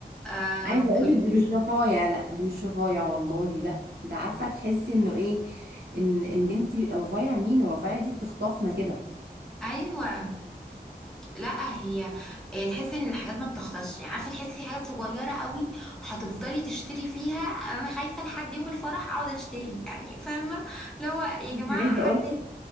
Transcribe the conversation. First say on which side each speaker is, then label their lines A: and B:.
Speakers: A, in the centre; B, on the right.
A: آه
B: عايزه
A: وال...
B: اقول لك دي مش رفايع لا دي مش رفايع والله لا ده عارفه تحسي انه ايه ان ان انت رفايع مين الرفايع دي بتخطفنا كده
A: ايوه لا هي هي تحس ان الحاجات ما بتخلصش يعني عارفه تحسي في حاجات صغيره قوي هتفضلي تشتري فيها انا خايفه لحد يوم الفرح اقعد اشتري يعني فاهمه اللي هو يا
B: انت
A: جماعه
B: عايزه
A: حد
B: اقول لك